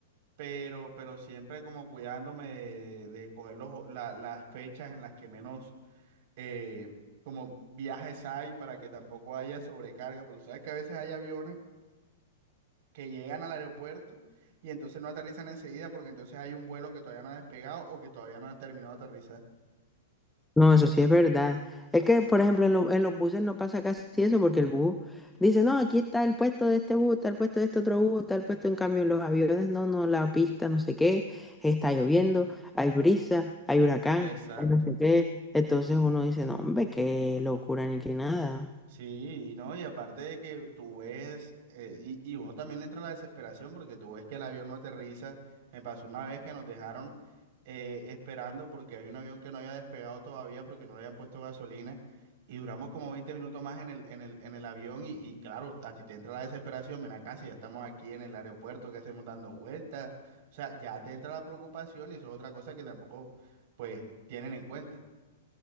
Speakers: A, on the right; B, in the centre.
A: pero, pero siempre como cuidándome de, de coger los, la- las fechas en las que menos eh, como viajes hay para que tampoco haya sobrecarga, porque tú sabes que a veces hay aviones que llegan al aeropuerto y entonces no aterrizan enseguida porque entonces hay un vuelo que todavía no ha despegado o que todavía no ha terminado de aterrizar.
B: No, eso sí es verdad. Es que, por ejemplo, en, lo- en los buses no pasa casi eso porque el bus dice, no, aquí está el puesto de este bus, está el puesto de este otro bus, está el puesto en cambio en los aviones, no, no, la pista, no sé qué, está lloviendo, hay brisa, hay huracán,
A: Exacto.
B: hay no sé qué. Entonces uno dice, no, hombre, qué locura ni qué nada.
A: Sí, y no, y aparte de que tú ves, eh, y, y uno también le entra la desesperación porque tú ves que el avión no aterriza. Me pasó una vez que nos dejaron eh, esperando porque hay un avión que no había despegado todavía porque no le habían puesto gasolina y duramos como 20 minutos más en el, en el, en el avión y, y claro, a ti te entra la desesperación, ven acá, si ya estamos aquí en el aeropuerto, que hacemos dando vueltas? O sea, ya te entra la preocupación y eso es otra cosa que tampoco, pues, tienen en cuenta.